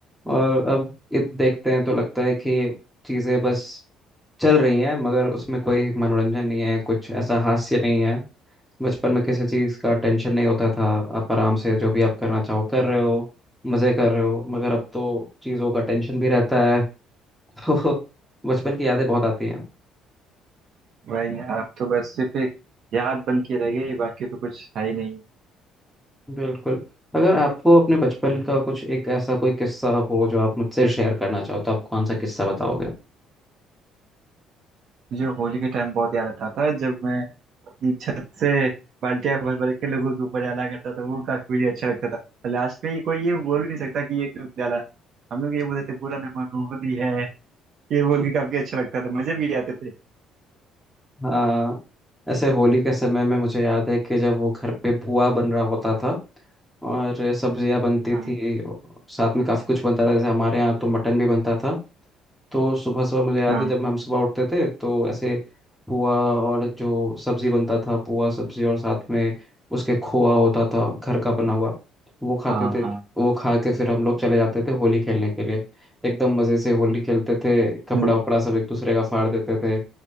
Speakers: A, in the centre; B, on the right.
A: और अब इत देखते हैं तो लगता है कि चीज़ें बस चल रही हैं मगर उसमें कोई मनोरंजन नहीं है कुछ ऐसा हास्य नहीं है बचपन में किसी चीज़ का टेंशन नहीं होता था आप आराम से जो भी आप करना चाहो कर रहे हो मज़े कर रहे हो मगर अब तो चीज़ों का टेंशन भी रहता है <laughs> तो बचपन की यादें बहुत आती
B: वही यार अब तो बस सिर्फ एक याद बन के रह गई बाकी तो कुछ है ही नहीं
A: बिल्कुल अगर आपको अपने बचपन का कुछ एक ऐसा कोई किस्सा हो जो आप मुझसे शेयर करना चाहो तो आप कौन सा किस्सा बताओगे
B: मुझे होली के टाइम बहुत याद आता था जब मैं अपनी छत से बाल्टियां भर भर के लोगों के ऊपर डाला करता था वो काफी मुझे अच्छा लगता था और लास्ट में ये कोई ये बोल भी नहीं सकता कि ये क्यों डाला हम लोग ये बोलते थे बुरा न मानो होली है ये
A: <laughs>
B: बोल के काफी अच्छा लगता था मजे भी आते थे
A: हाँ ऐसे होली के समय में मुझे याद है कि जब वो घर पे पुआ बन रहा होता था और सब्जियां बनती
B: हाँ
A: थी साथ में काफी कुछ बनता था जैसे हमारे यहाँ तो मटन भी बनता था तो सुबह सुबह मुझे याद
B: हाँ
A: है जब हम सुबह उठते थे तो ऐसे पुआ और जो सब्जी बनता था पुआ सब्जी और साथ में उसके खोआ होता था घर का बना हुआ वो खाते
B: हाँ
A: थे
B: हाँ
A: वो खा के फिर हम लोग चले जाते थे होली खेलने के लिए एकदम मज़े से होली खेलते थे कपड़ा
B: हम्म,
A: वपड़ा सब एक दूसरे का फाड़ देते थे